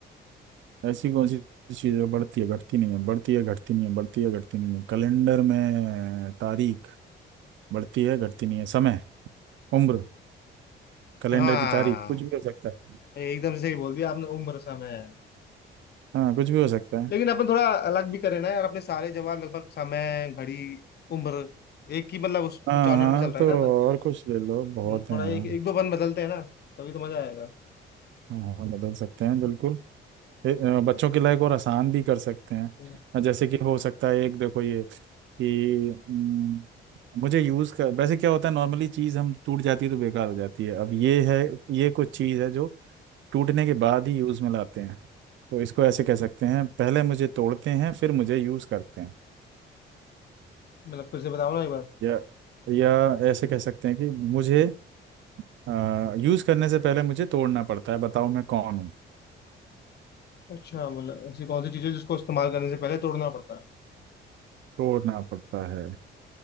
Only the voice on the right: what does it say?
ऐसी कौन सी चीज है बढ़ती है घटती नहीं है बढ़ती है घटती नहीं है बढ़ती है घटती नहीं है कैलेंडर में तारीख बढ़ती है घटती नहीं है समय उम्र कैलेंडर
की तारीख कुछ भी हो सकता है
हाँ कुछ भी हो सकता है
हाँ
हाँ
तो
और कुछ ले लो बहुत
है यार
हाँ हाँ, बदल सकते हैं बिल्कुल ए, अ, बच्चों के लायक और आसान भी कर सकते हैं
जैसे कि हो सकता है एक देखो ये कि हम्म, मुझे यूज़ कर वैसे क्या होता है नॉर्मली चीज़ हम टूट जाती है तो बेकार हो जाती है अब ये है ये कुछ चीज़ है जो टूटने के बाद ही यूज़ में लाते हैं तो इसको ऐसे कह सकते हैं पहले मुझे तोड़ते हैं फिर मुझे यूज़ करते हैं
या या ऐसे कह सकते हैं कि मुझे आ, यूज करने से पहले मुझे तोड़ना पड़ता है बताओ मैं कौन हूँ
तोड़ना पड़ता है